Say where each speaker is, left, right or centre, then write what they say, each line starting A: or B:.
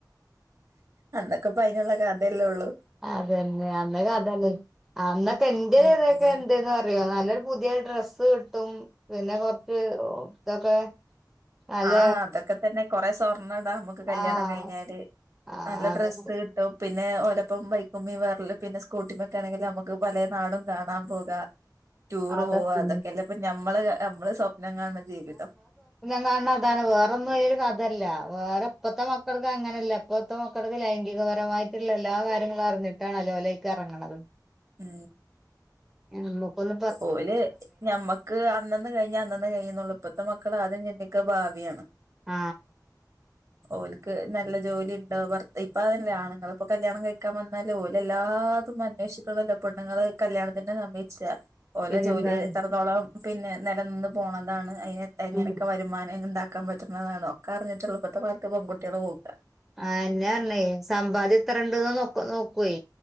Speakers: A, on the right; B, in the centre.
A: അന്നൊക്കെപ്പ അതിനുള്ള കഥയെല്ലേ ഉള്ളൂ
B: അതെന്നെ അന്നൊക്കെ അതല്ല അന്നൊക്കെ എന്റെ
A: ഉം
B: ഇതൊക്കെ എന്തന്ന് പറയോ നല്ലൊരു പുതിയ ഡ്രസ്സ് കിട്ടും പിന്നെ കൊറച്ച് ഇതൊക്കെ നല്ല
A: ആഹ അതൊക്കെ തന്നെ കൊറെ സ്വർണ്ണം ഇടാ നമുക്ക് കല്യാണം
B: ആഹ്
A: കഴിഞ്ഞാല്
B: ആഹ്
A: നല്ല
B: അതൊക്കെ
A: ഡ്രസ്സ് കിട്ടും പിന്നെ ചിലപ്പം ബൈക്കുമീ വേറൽ പിന്നെ സ്കൂട്ടി ഒക്ക ആണെങ്കിൽ നമുക്ക് പല നാടും കാണാൻ പോകാം ടൂർ
B: അതൊക്കെ
A: പോവുക അതൊക്കെല്ലേ ഇപ്പ ഞമ്മള് നമ്മള് സ്വപ്നം കാണുന്ന ജീവിതം
B: ണ അതാണ് വേറൊന്നും ഒരു കഥല്ല വേറെ ഇപ്പഴത്തെ മക്കൾക്ക് അങ്ങനല്ല ഇപ്പൊത്ത മക്കൾക്ക് ലൈംഗികപരമായിട്ടുള്ള എല്ലാ കാര്യങ്ങളും അറിഞ്ഞിട്ടാണ് അലോലേക്ക് ഇറങ്ങണത്
A: ഉം
B: എ നമുക്കൊന്നും
A: ഓല് ഞമ്മക്ക് അന്നന്ന് കഴിഞ്ഞാ ന്ന് കഴിയുന്നുള്ളൂ ഇപ്പഴത്തെ മക്കൾ ആദ്യം ചിന്തിക്ക ഭാവിയാണ്
B: ആ
A: ഓലക്ക് നല്ല ജോലി ഉണ്ടോ ഇപ്പ അതല്ല ആണുങ്ങൾ ഇപ്പൊ കല്യാണം കഴിക്കാൻ വന്നാല് ഓല എല്ലാ തും അന്വേഷിച്ചിട്ടുള്ളല്ല പെണ്ണൾ കല്യാണത്തിനെ സമ്മതിച്ച ഓലെ
B: പിന്നെന്താ
A: ജോലി എത്രത്തോളം പിന്നെ നിലനിന്ന് പോണതാണ് അതിന എങ്ങനെയൊക്കെ
B: ഉം
A: വരുമാനം ഇണ്ടാക്ക ആക്കാൻ പറ്റുന്നതാണോക്കെ അറിഞ്ഞിട്ടുള്ളപ്പോഴത്തെ കാലത്ത് പെകുട്ടികള് നോക്കുക
B: ആഹ എന്നാ പറഞ്ഞേ സമ്പാദ്യ ഇത്രണ്ട്ന്ന് നോക്ക നോക്കുവേ